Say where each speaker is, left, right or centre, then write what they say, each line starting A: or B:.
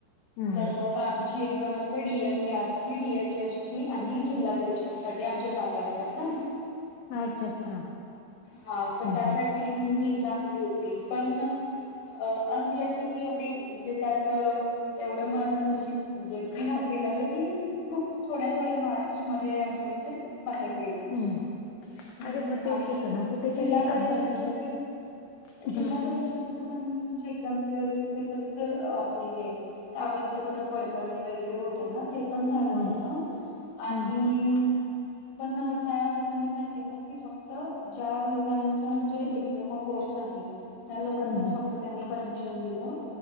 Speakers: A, on the left (about 85°); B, on the left (about 65°).
A: हम्म
B: तर मग आमची एक्झाम असते, डी. एम. ई. आर ची डी. एच. एस ची आणि जिल्हा परिषद साठी आमच्या जागा असतात ना.
A: अच्छा अच्छा!
B: हा, तर
A: हम्म
B: त्यासाठी
A: हम्म
B: मी एक्झाम दिली होती, पण अ अनलकी मी एवढी म्हणजे, त्यात तेवढं माझं नशीब म्हणजे, खराब लं की, खूप थोड्या थोड्या मार्च मध्ये, असे म्हणजे बाहेर गेली,
A: हम्म
B: हम्,
A: अरे मग तेच
B: आणि
A: होतं ना कुठेतरी
B: जिल्हा परिषदचे
A: अभ्यास असं
B: तरी,
A: हं,
B: जिल्हा परिषद पण मी म्हणजे, एक्झाम दिली होती, ते पण आपले हे कागदपत्र, पडताळणी वगैरे होते ना ते प झाल होत,
A: हं,
B: आणि
A: हं,
B: पण त्या लोकांनी काय केलं, फक्त ज्या लोकांचा म्हणजे डप्लोमा कोर्स आहे त्या लोकांनाच
A: हं, हं,
B: फक्त त्यांनी परमिशन दिलं.